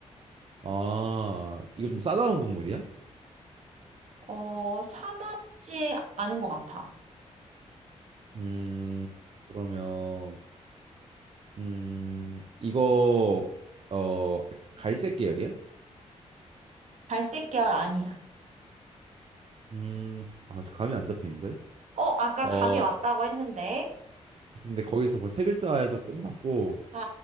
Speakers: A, on the right; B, on the right.
A: 아, 이거 좀 싸다운 동물이야?
B: 어, 사납지 않은 것 같아.
A: 음, 그러면, 음, 이거, 어, 갈색 계열이야?
B: 갈색 계열 아니야.
A: 음, 아, 저 감이 안 잡히는데?
B: 어, 아까
A: 어,
B: 감이 왔다고 했는데.
A: 근데 거기서 벌써 세 글자에서 끝났고,
B: <laughs> 아,